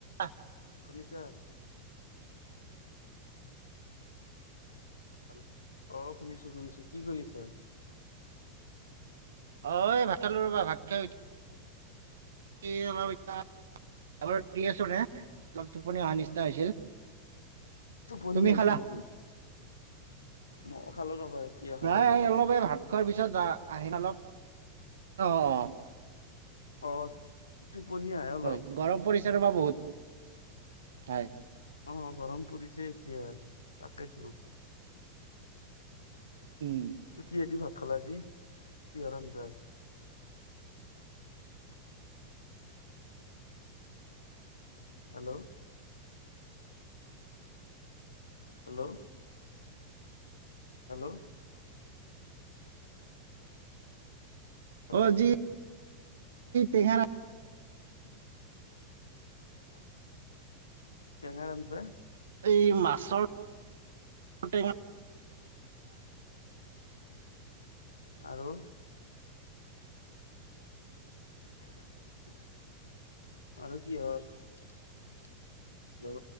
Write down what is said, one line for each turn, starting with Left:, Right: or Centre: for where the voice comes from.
Right: আহ
Left: শুনিছা হেল্ল অ শুনিছো শুনিছো কি কৰি আছা
Right: অ ভাত খালো ৰ'বা ভাত খাই কি শুনা পাইছা এবাৰ পৰি আছো নে অলপ টোপনি অহা নিচিনা হৈছিল
Left: টোপনি
Right: তুমি
Left: আহিছে
Right: খালা
Left: নেকি মই খালো ৰবা এতিয়া খালো
Right: নাই
Left: অলপ
Right: এই
Left: আগত
Right: এই ভাত খোৱাৰ পিছত আহ আহেন অলপ অ অ
Left: অ টুপনি আহে অলপ
Right: হয় গৰম পৰিছে ৰ'বা বহুত হয়
Left: অ অ গৰম পৰিছে এতিয়া তাকেইতো
Right: উম
Left: কিহে দি ভাত খালা আজি, কিহৰ আঞ্জা? হেল্ল' হেল্ল' হেল্ল' হেল্ল'
Right: অ যি টেঙাৰ
Left: টেঙাৰ আঞ্জা
Right: এই মাছৰ টেঙা
Left: আৰু <unintelligible> আৰু কি হয় হেল্ল'